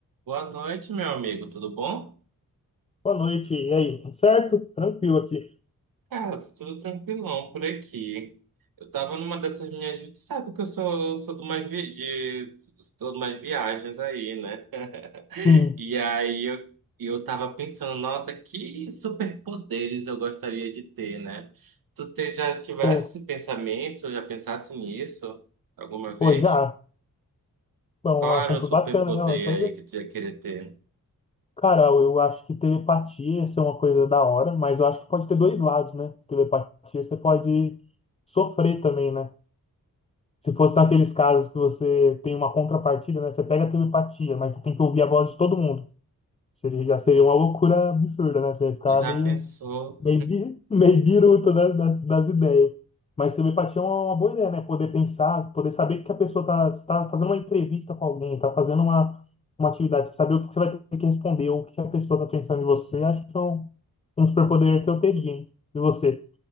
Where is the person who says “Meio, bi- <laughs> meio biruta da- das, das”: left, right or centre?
Left